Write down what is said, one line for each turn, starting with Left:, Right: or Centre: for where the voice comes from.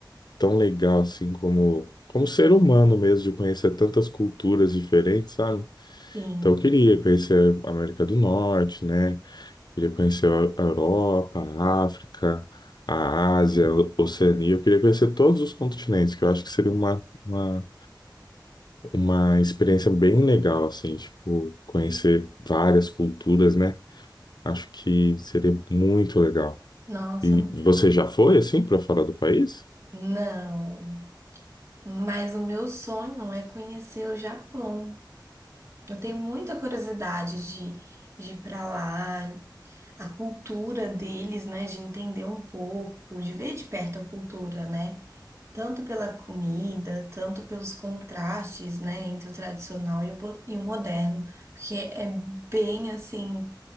Left: tão legal, assim, como, como ser humano mesmo, de conhecer tantas culturas diferentes, sabe?
Right: Sim.
Left: Então, eu queria conhecer a América do Norte, né? Queria conhecer a a Europa, a África, a Ásia, a Oceania. Eu queria conhecer todos os continentes, que eu acho que seria uma. uma uma experiência bem legal, assim, tipo, conhecer várias culturas, né? Acho que seria muito legal.
Right: Nossa,
Left: E você já foi, assim, para fora do país?
Right: não. Mas o meu sonho é conhecer o Japão. Eu tenho muita curiosidade de, de ir para lá, a cultura deles, né? De entender um pouco, de ver de perto a cultura, né? Tanto pela comida, tanto pelos contrastes, né? Entre o tradicional e o, po- e o moderno. Porque é bem assim,